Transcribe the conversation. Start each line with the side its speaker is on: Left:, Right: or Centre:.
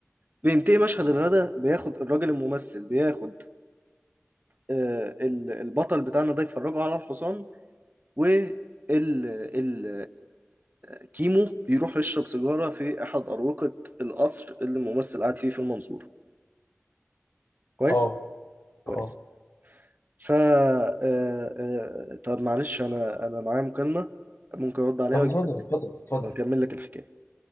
Right: بينتهي مشهد الغدا بياخد الراجل الممثل بياخد آه، ال- البطل بتاعنا ده يفرجه على الحصان وال ال ال الكيمو بيروح يشرب سيجارة في أحد أروقة القصر اللي الممثل قاعد فيه في المنصورة كويس
Left: اه
Right: كويس
Left: اه
Right: ف آه، آه، آه، طب معلش أنا أنا معايا مكالمة ممكن أرد عليها
Left: طب اتفضل
Right: وأجي-
Left: اتفضل اتفضل
Right: وأكمل لك الحكاية